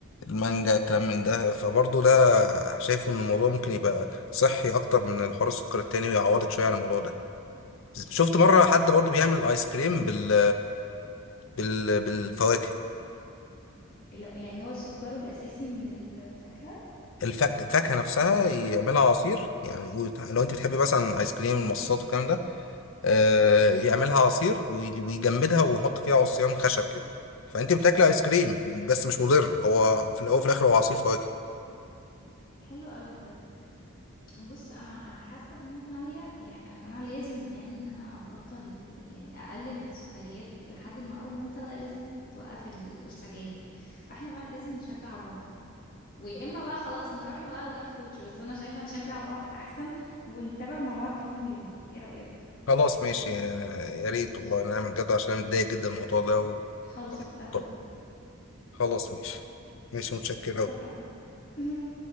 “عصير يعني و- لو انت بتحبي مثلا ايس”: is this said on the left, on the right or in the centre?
Left